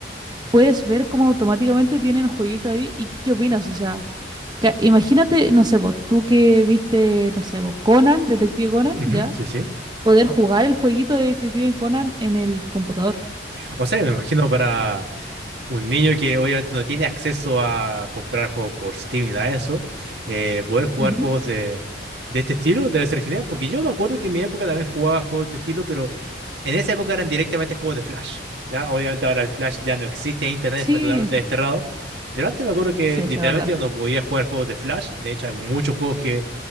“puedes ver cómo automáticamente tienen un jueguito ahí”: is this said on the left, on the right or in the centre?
Right